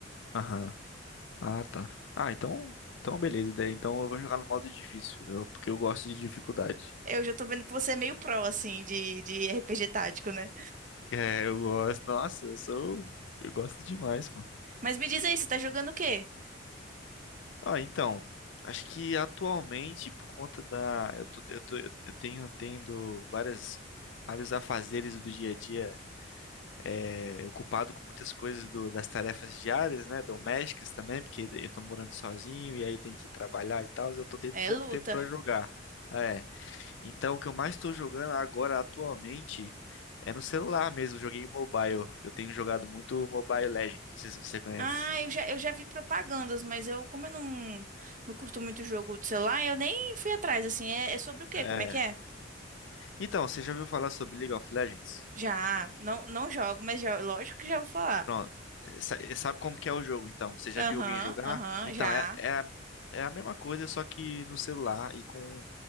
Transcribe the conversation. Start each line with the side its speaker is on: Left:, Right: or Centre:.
Left: Aham. Ah, tá. Ah, então, então beleza. Daí, então eu vou jogar no modo difícil, eu- porque eu gosto de dificuldade.
Right: Eu já tô vendo que você é meio pró, assim, de, de RPG tático, né?
Left: É, eu gosto. Nossa, eu sou, eu gosto demais, mano.
Right: Mas me diz aí, você tá jogando o quê?
Left: Ah, então, acho que atualmente por conta da, eu tô, eu tô, eu tenho tendo várias vários afazeres do dia a dia, é, ocupado com muitas coisas do, das tarefas diárias, né, domésticas também, porque eu tô morando sozinho e aí tem que trabalhar e tal, eu tô tendo
Right: É
Left: pouco
Right: luta.
Left: tempo pra jogar. É, Então, o que eu mais estou jogando agora atualmente é no celular mesmo. Joguei mobile. Eu tenho jogado muito Mobile Legends. Não sei se você conhece.
Right: Ah, eu já, eu já vi propagandas, mas eu, como eu não, não curto muito jogo de celular, eu nem fui atrás, assim, é, é sobre o quê?
Left: É.
Right: Como é que é?
Left: Então, você já ouviu falar sobre League of Legends?
Right: Já, não, não jogo, mas já, lógico que já vou falar.
Left: Pronto. Sa- eh, Sabe como que é o jogo, então? Você já
Right: Aham,
Left: viu alguém jogar?
Right: aham,
Left: Então,
Right: já.
Left: é, é, a- é a mesma coisa, só que no celular e com